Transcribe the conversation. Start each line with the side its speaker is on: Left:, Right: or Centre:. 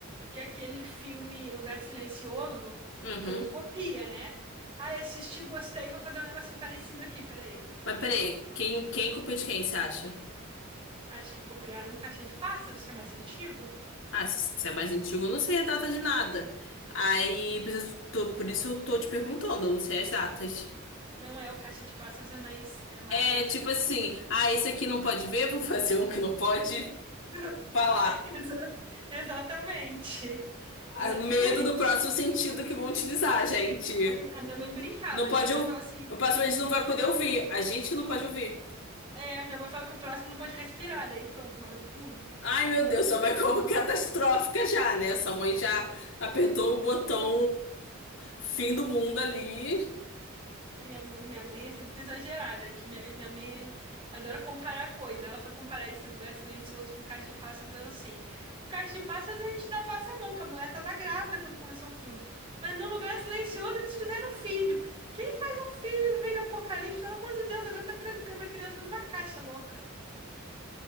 Right: que aquele filme Lugar Silencioso
Left: Uhum.
Right: foi um copia, né? Ah, assisti, gostei, vou fazer um negocinho parecido aqui, peraí.
Left: Mas peraí, quem, quem culpou de quem, você acha?
Right: Acho que copiaram o Caixa de Pássaros, que é mais antigo.
Left: Ah, se se é mais antigo, eu não sei a data de nada. Aí, por isso, tô- por isso eu tô te perguntando, eu não sei as datas.
Right: Não é, o Caixa de Pássaros é mais, é mais
Left: É tipo
Right: antigo.
Left: assim, ah, esse aqui não pode ver, vou fazer um que não pode
Right: <laughs>
Left: falar.
Right: Exa- Exatamente.
Left: Ah,
Right: Exatamente.
Left: medo do próximo sentido que vão utilizar, gente.
Right: A mi- a minha mãe brincava,
Left: Não pode
Right: né? Minha mãe
Left: ouvir.
Right: fala assim,
Left: O próximo a gente não vai
Right: minha mãe-
Left: poder ouvir. A gente que não pode ouvir.
Right: é, minha mãe fala que o próximo não pode respirar, daí pronto, morreu todo mundo.
Left: Ai, meu Deus, só vai como <laughs> catastrófica já, né? Sua mãe já apertou o botão fim do mundo ali.
Right: Minha mo- minha mãe é sempre exagerada, que minha, minha mãe adora comparar coisas. Ela foi comparar esse lugar silencioso com Caixa de Pássaros, ela assim. No Caixa de Pássaros a gente ainda passa a mão, que a mulher tava grávida quando começou o filme. Mas no lugar silencioso eles fizeram um filho. Quem faz um filho no meio do apocalipse? Pelo amor de Deus, agora tá trancando a criança numa caixa louca.